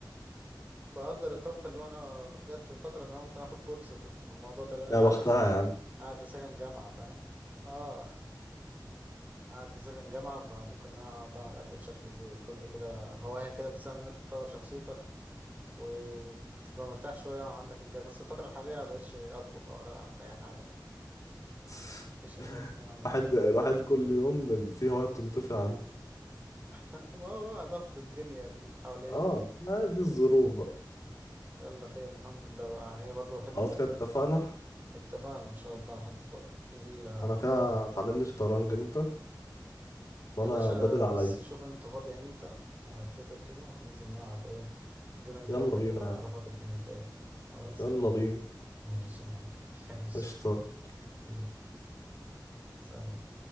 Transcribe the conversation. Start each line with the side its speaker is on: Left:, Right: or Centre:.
Right: بقدر الطبخ اللي هو أنا جات لي فترة إن أنا ممكن آخد كورس في الموضوع ده لأن أنا
Left: يا
Right: قاعد
Left: بختها
Right: في س-
Left: يا عم
Right: قاعد في سكن جامعة فاهم اه <laughs> قاعد في سكن جامعة فممكن إن أنا أقعد أعمل أكل بشكل كبير كل كده هواية كده بتساهم إن أنت تطور شخصيتك وتبقى مرتاح شوية وعندك إنجاز بس الفترة الحالية مبقتش أطبخ ولا أعمل أي حاجة يعني
Left: <laughs>
Right: مفيش أي وقت إن أنا أعمل أي
Left: الواحد
Right: حاجة
Left: الواحد كل يوم في هوايه بتنطفي عنه
Right: <laughs> ما هو بقى ضغط الدنيا اللي حوالينا
Left: اه
Right: دي
Left: ما دي الظروف بقى
Right: يلا خير الحمد لله بقى هي برضه حتة
Left: خلاص
Right: ال-
Left: كده اتفقنا
Right: اتفقنا إن شاء الله حتة بقى ال-
Left: انا كده تعلمني شطرنج انت وانا
Right: يا باشا
Left: البدل عليا
Right: بس شوف أنت فاضي إمتى ونتفق كده وننزل نلعب إيه جيمين تلاتة
Left: يلا بينا
Right: كده وأعرفك
Left: يا عم.
Right: الدنيا فيها إيه خلاص
Left: يلا بينا
Right: ماشي يا معلم <laughs> ماشي
Left: قشطة
Right: حبيبي سلام